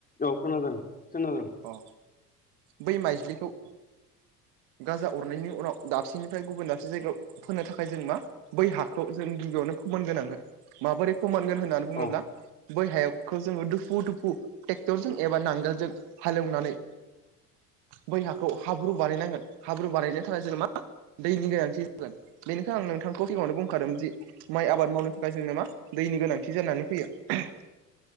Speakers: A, on the left; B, on the right.
A: औ खोनादों खोनादों
B: अ बै माइज्लिखौ गाजा अरनायनि उनाव दाबसेनिफ्राय गुबुन दाबसे जायगायाव फोनो थाखाय जों मा बै हाखौ जों गिबियावनो फोमोनग्रोनांगोन माबोरै फोमोनगोन होननानै बुङोब्ला
A: औ
B: बै हाखौ जोङो दुफु दुफु ट्रेक्टरजों एबा नांगोलजों हालेवनानै बै हाखौ हाब्रु बानायनांगोन हाब्रु बानायनो थाखाय जेन मा दैनि गोनांथि जागोन बेनिखाय आं नोंथांखौ सिगाङावनो बुंखादों जि माइ आबाद मावनो थाखाय जोंनो मा दैनि गोनांथि जानानै फैयो